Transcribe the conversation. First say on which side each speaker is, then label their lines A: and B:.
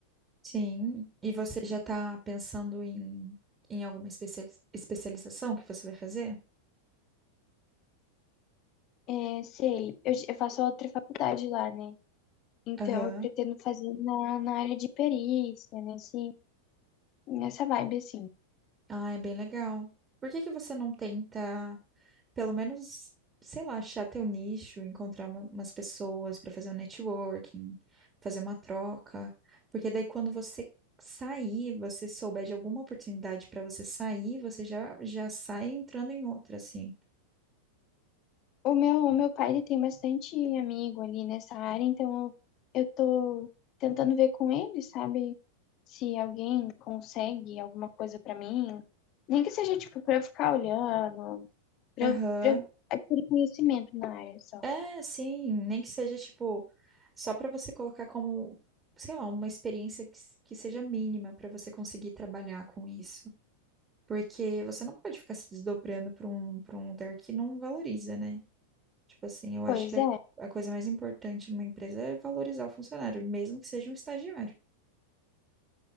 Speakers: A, on the right (about 20°); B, on the left (about 35°).
A: Sim. E você já está pensando em, em alguma especiali- especialização que você vai fazer?
B: É, sei, eu, eu faço outra faculdade lá, né? Então
A: Aham.
B: eu pretendo fazer na, na área de perícia, nesse nessa vibe, assim.
A: Ah, é bem legal. Por que que você não tenta, pelo menos, sei lá, achar teu nicho, encontrar uma- umas pessoas para fazer um networking, fazer uma troca? Porque daí quando você sair, você souber de alguma oportunidade para você sair, você já já sai entrando em outra, assim.
B: O meu, o meu pai, ele tem bastante amigo ali nessa área, então eu eu tô tentando ver com ele, sabe? Se alguém consegue alguma coisa pra mim. Nem que seja, tipo, pra eu ficar olhando, pra,
A: Aham.
B: eu- pra eu adquirir conhecimento na área só.
A: É, sim, nem que seja tipo só para você colocar como, sei lá, uma experiência que, s- que seja mínima para você conseguir trabalhar com isso, porque você não pode ficar se desdobrando para um para um lugar que não valoriza, né? Tipo assim, eu acho
B: Pois
A: que a,
B: é.
A: a coisa mais importante numa empresa é valorizar o funcionário, mesmo que seja um estagiário.